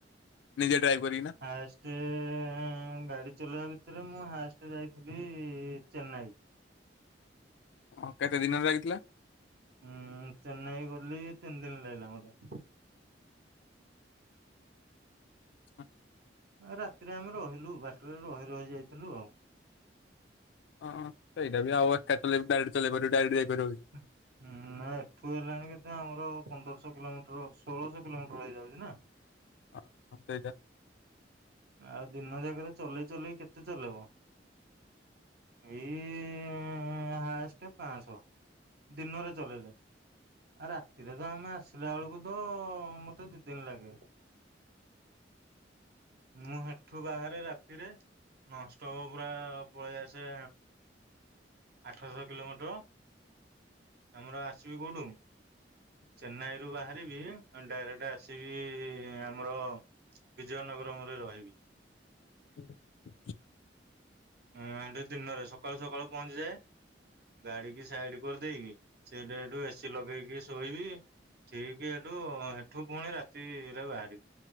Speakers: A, on the left; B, on the right.
A: ନିଜେ ଡ୍ରାଇଭ କରିକି ନା?
B: ହାଷ୍ଟ-ଏ-ଏ ଗାଡ଼ି ଚଲାଇବା ଭିତରେ ମୁଁ ହାଷ୍ଟ ଯାଇଥିଲି ଚେନ୍ନାଇ।
A: ଓ କେତେ ଦିନ ଲାଗିଥିଲା?
B: ଉଁ ଚେନ୍ନାଇ ଗଲି ତିନି ଦିନ ଲାଗିଲା ମତେ।
A: ହ
B: ରାତିରେ ଆମେ ରହିଲୁ, ବାଟରେ ରହି ରହି ଯାଇଥିଲୁ ଆଉ।
A: ହଁ ସେଇଟା ବି ଆଉ ଏକା ଚଲେଇକି ଡାଇରେଟ ଯାଇପାରିବ କି?
B: ହଁ <unintelligible> ଉଁ ନା ଏଠୁ ହେଲାଣି କେତେ ଆମର ପନ୍ଦରଶହ କିଲୋମିଟର ଷୋହଳଶହ କିଲୋମିଟର ହେଇଯାଉଛି ନା।
A: ହଁ ହ ସେଇଟା।
B: ଆଉ ଦିନ ଜାଗାରେ ଚଲେଇ ଚଲେଇ କେତେ ଚଲେଇବ। ଏଇ ହାଷ୍ଟ ପାଂସ। ଦିନରେ ଚଲେଇଲେ। ଆ ରାତିରେ ତ ଆମେ ଆସିଲା ବେଳକୁ ତ ମତେ ଦି ଦିନ ଲାଗେ। ମୁଁ ହେଠୁ ବାହାରେ ରାତିରେ ନନଷ୍ଟପ ପୁରା ପଳେଇ ଆସେ ଆଠଶହ କିଲୋମିଟର। ଆମର ଆସିବି କୋଉଠୁ ଚେନ୍ନାଇରୁୁ ବାହାରିବି ଡାଇରେକ୍ଟ ସେ ଆସିବି ଆମର ବିଜୟନଗରମରେ ରହିବି।
A: <inaudible>
B: ହଁ ଏଠି ଦିନରେ ସକାଳୁ ସକାଳୁ ପହଞ୍ଚିଯାଏ ଗାଡି କି ସାଇଡ କରିଦେଇକି ସେଠି ଏଠୁ ଏସିି ଲଗେଇକି ଶୋଇବି। ଠିକ ଏଠୁ ହେଠୁ ପୁଣି ରାତିରେ ବାହାରିବୁ।